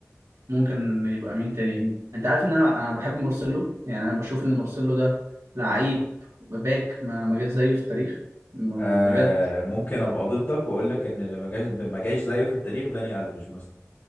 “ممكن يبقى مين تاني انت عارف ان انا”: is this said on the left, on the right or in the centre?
Right